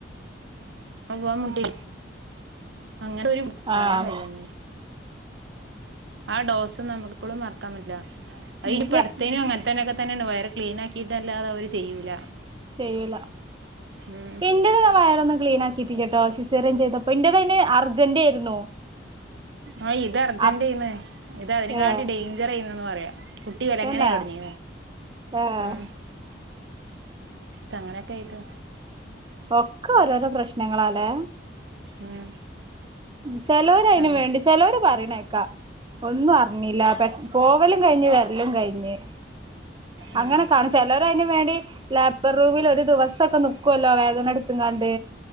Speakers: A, on the right (about 70°); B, on the right (about 25°).
A: പോവാൻ മുട്ടി അങ്ങനൊരു
B: ആഹ്
A: താങ്ങാൻ കഴിയാഞ്ഞ് ആ ഡോസ് നമുക്കിപ്പളും മറക്കാമ്പറ്റില്ല അതിലിപ്പടു
B: ഇല്ല
A: തേനും അങ്ങനത്തന്നയൊക്കെ തന്നെയാണ് വയറ് ക്ലീനാക്കിയിട്ടല്ലാതെ അവര് ചെയ്യൂല
B: ചെയ്യൂല
A: ഉം
B: എന്റെത് വയറൊന്ന് ക്ലീനാക് കിത്തി കേട്ടോ സിസേറിയൻ ചെയ്തപ്പോ എന്റതയിന് അർജന്റായിരുന്നു
A: ആഹ് ഇത് അർജന്റായ്ന്ന്
B: അപ്
A: ഇത് അതിനെകാട്ടി
B: ഏഹ്
A: ഡെയിഞ്ചർ ആയീന്ന് പറയാ <unintelligible>
B: തന്നെ
A: എങ്ങനായിതൊടിഞ്ഞ്
B: ഏഹ്
A: ഉം തങ്ങനൊക്കെയായിട്ട്
B: ഒക്കെ ഓരോരോ പ്രശ്നങ്ങളാലേ
A: ഉം
B: ഉം ചെലോര് അയിന്
A: തങ്ങ
B: വേണ്ടി ചെലോര് പറയ്ണകേക്കാ ഒന്നും അറിഞ്ഞില്ല പ പോവലും കഴിഞ്ഞ് വരലും കഴിഞ്ഞ്
A: ഉം
B: അങ്ങനെ കാണും ചെലോര് അതിനും വേണ്ടി ലേബർ റൂമിൽ ഒരു ദിവസൊക്കെ നി ക്കുവല്ലോ വേദന എടുത്തുംകാണ്ട്